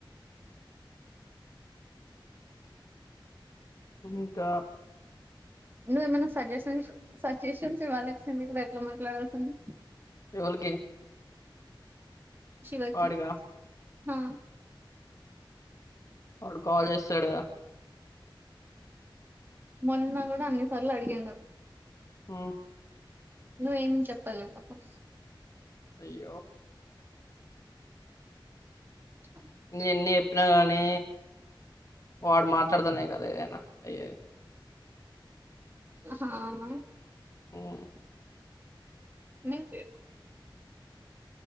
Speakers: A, on the left; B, on the right.
A: ఇంకా
B: నువ్వేమన్న సజెషన్స్ సజెషన్స్ ఇవ్వాల్సింది కదా ఎట్లా మాట్లాడాల్సింది
A: ఎవళ్ళకి
B: శివకి
A: వాడిగా
B: ఆ
A: అడు కాల్ చేస్తాలేడు కదా
B: మొన్న కూడా అన్ని సార్లు అడిగాను
A: ఉమ్మ్
B: నువ్వేం చెప్పాలే పాపం
A: అయ్యో
B: అ
A: నిన్నే చెప్పినా కదనే వాడు మాట్లాడతానే కదా ఏదైనా అయేది
B: ఆహా
A: ఉమ్మ్
B: నేన్‌తే